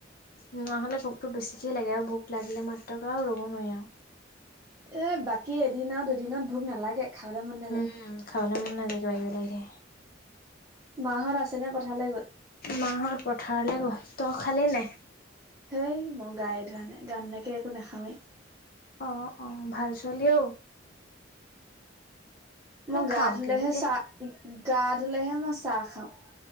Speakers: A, on the left; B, on the right.
A: নোৱা হ'লে ভোকটো বেছিকে লাগে আৰু ভোক লাগিলে মাত্ৰক আৰু ৰ'ব নোৱাৰি আৰু
B: এ বাকী এদিন আৰু দুদিনত ভোক নালাগে খাবলৈ মন নাযায়।
A: উম খাবলৈ মন নাজাই গেকিবা কিবি লাগি থাকে।
B: মাহত আছেনে পঠালে গ'ল।
A: মাহত পথাৰলে গল তই খালি নাই।
B: হেই মই গায়েই ধোৱা নাই গা নোধোৱাকে একো নাখাওৱে,
A: অ অ ভাল ছোৱালী অ,
B: মই গা
A: খাওঁ
B: ধুলেহে
A: কিন্তু দেই।
B: চাহ গা ধুলেহে মই চাহ খাওঁ,